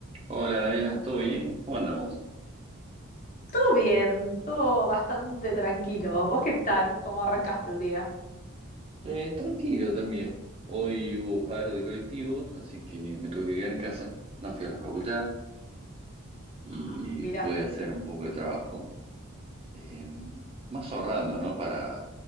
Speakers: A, on the right (about 25°); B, on the left (about 35°).
A: Hola, Anabela, ¿todo bien? ¿Cómo andamos?
B: Todo bien, todo bastante tranquilo. ¿Vos qué tal? ¿Cómo arrancaste el día?
A: Eh, tranquilo también. Hoy hubo paro de colectivos, así que me tuve que quedar en casa. No fui a la facultad y
B: Ah, mira.
A: pude hacer un poco de trabajo. Eh, más ahorrando, ¿no? Para